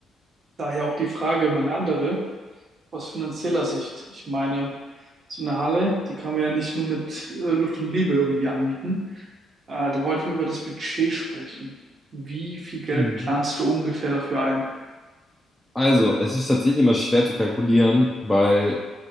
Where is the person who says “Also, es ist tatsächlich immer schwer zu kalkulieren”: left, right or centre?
Centre